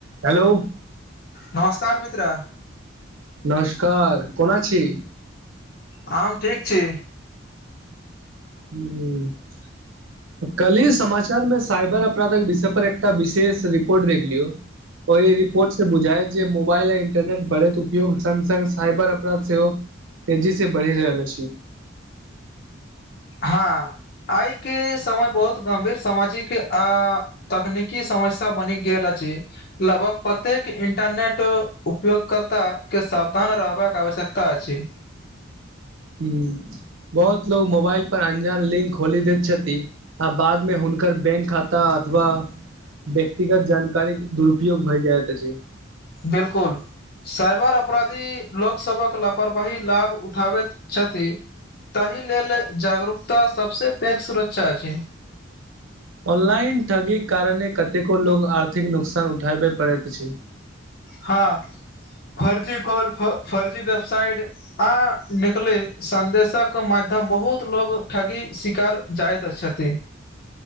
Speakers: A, on the right; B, on the left.
A: Hello
B: नमस्कार मित्र
A: नमस्कार कोना छी
B: हम ठीक छी
A: हू कल्हि समाचार मे साइबर अपराधक विषय पर एकटा विशेष रिपोर्ट देख लियौ ओहि रिपोर्ट से बुझााय जे मोबइल य इंटरनेट बढ़ैत उपयोग संग संग साइबर अपराध सेहो तेजी से बढ़ि रहल अछि
B: हँ आय के समय बहुत गम्भीर सामाजिक आ तकनीकी समस्या बनि गेल अछि लगभग प्रत्येक इंटरनेट उपयोगकर्ता के सावधान रहबाक आवश्यकता अछि
A: ह बहुत लोग मोबाइल पर अनजान लिंक खोली दैत छथि आ बादमे हुनकर बैंक खाता अथवा व्यक्तिगत जानकारी दुरुपयोग भय जाय त अछि
B: बिल्कुल साइबर अपराधी लोकसभक लापरवाही लाभ उठाबैत छथि ताहि लेल जागरूकता सभसँ पैघ सुरक्षा अछि
A: ऑनलाइन ठगीक कारणे कतेको लोको आर्थिक नुकसान उठाबय पड़ैत अछि
B: हँ फर्जी कॉल फ फर्जी वेबसाइट आ निकले संदेशक माध्यम बहुत लोग ठगी शिकार जाइत छथि